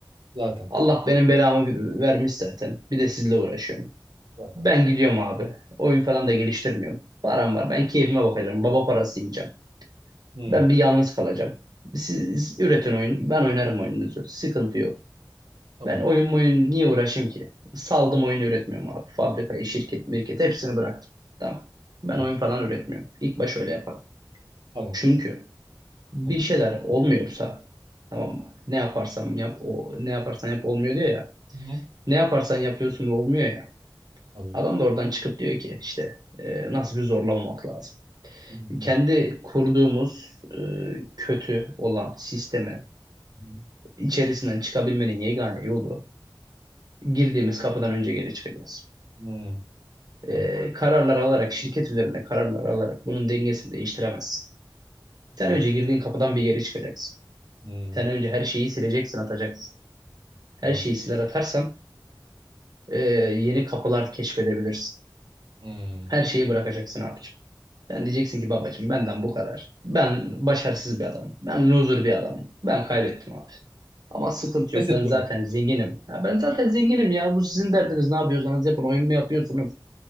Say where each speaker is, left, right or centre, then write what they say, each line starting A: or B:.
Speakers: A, on the right (about 80°); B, on the right (about 55°).
A: Zaten.
B: Allah benim belamı vermiş zaten. Bir de sizle uğraşıyorum.
A: Zaten.
B: Ben gidiyorum abi. Oyun falan da geliştirmiyorum. Param var. Ben keyfime bakacağım. Baba parası yiyeceğim.
A: Hı.
B: Ben bir yalnız kalacağım. Siz üretin oyun. Ben oynarım oyununuzu. Sıkıntı yok.
A: Tamam.
B: Ben oyun oyun niye uğraşayım ki? Saldım oyun üretmiyorum abi. Fabrikayı, şirket, mirket hepsini bıraktım. Tamam. Ben
A: Hı.
B: oyun falan üretmiyorum. İlk baş öyle yaparım.
A: Tamam.
B: Çünkü bir
A: Hı.
B: şeyler olmuyorsa tamam mı? Ne yaparsam yap o ne yaparsan yap olmuyor diyor ya.
A: Hı.
B: Ne yaparsan yapıyorsun ve olmuyor ya.
A: Tabii.
B: Adam da oradan çıkıp diyor ki işte e, nasıl bir zorlamamak lazım.
A: Hı.
B: kendi kurduğumuz e, kötü olan sistemi
A: Hı.
B: içerisinden çıkabilmenin yegane yolu girdiğimiz kapıdan önce geri çıkacağız.
A: Hı. Evet.
B: E, kararlar alarak, şirket üzerinde kararlar alarak bunun dengesini değiştiremezsin. Sen
A: Doğru.
B: önce girdiğin kapıdan bir geri çıkacaksın.
A: Hı.
B: Sen önce her şeyi sileceksin, atacaksın. Her
A: Doğru.
B: şeyi siler atarsan e, yeni kapılar keşfedebilirsin.
A: Hı.
B: Her şeyi bırakacaksın abicim. Sen diyeceksin ki babacım benden bu kadar. Ben başarısız bir adamım. Ben loser bir adamım. Ben kaybettim abi. Ama sıkıntı
A: Pes
B: yok.
A: ediyorum.
B: Ben zaten zenginim. Ya ben zaten zenginim ya. Bu sizin derdiniz. Ne yapıyorsanız yapın. Oyun mu yapıyorsunuz?